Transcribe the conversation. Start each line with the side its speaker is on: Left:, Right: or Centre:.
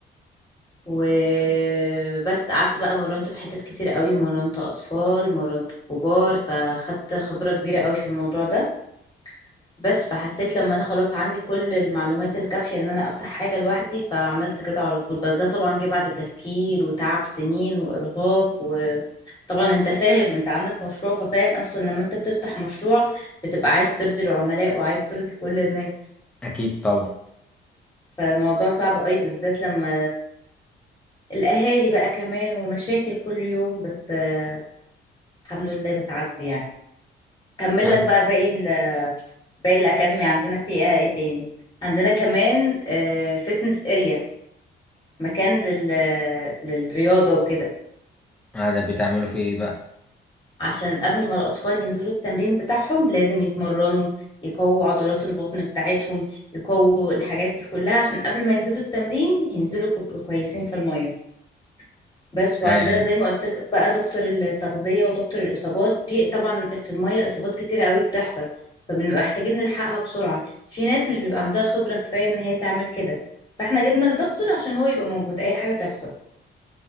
Left: وبس قعدت بقى مرنت في حتت كتير قوي مرنت اطفال مرنت كبار فخدت خبرة كبيرة قوي في الموضوع ده بس فحسيت لما انا خلاص عندي كل المعلومات الكافية ان انا افتح حاجة لوحدي فعملت كده على طول بس ده طبعا جه بعد تفكير وتعب سنين وارهاق وطبعا انت فاهم انت عندك مشروع ففاهم اصلا لما انت بتفتح مشروع بتبقى عايز ترضي العملاء وعايز ترضي كل الناس
Centre: اكيد طبعا
Left: فالموضوع صعب قوي بالذات لما الأهالي بقى كمان والمشاكل كل يوم بس آه، الحمد لله بتعدي يعني كمل
Centre: هن
Left: لك بقى باقي ال باقي الأكاديمي عندنا فيها ايه تاني عندنا كمان فتنس اريا مكان لل للرياضة وكده
Centre: هذا بتعملوا في ايه بقى
Left: عشان قبل ما الأطفال ينزلوا التمرين بتاعهم لازم يتمرنوا يقووا عضلات البطن بتاعتهم يقووا الحاجات دي كلها عشان قبل ما ينزلوا التمرين ينزلوا كويسين في المية بس وعندنا
Centre: هي
Left: زي ما قلت بقى دكتور التغذية ودكتور الإصابات في طبعا في المية إصابات كتيرة قوي بتحصل فبنبقى محتاجين نلحقها بسرعة في ناس مش بيبقى عندها خبرة كفاية إن هي تعمل كده فاحنا جبنا الدكتور عشان هو يبقى موجود أي حاجة تحصل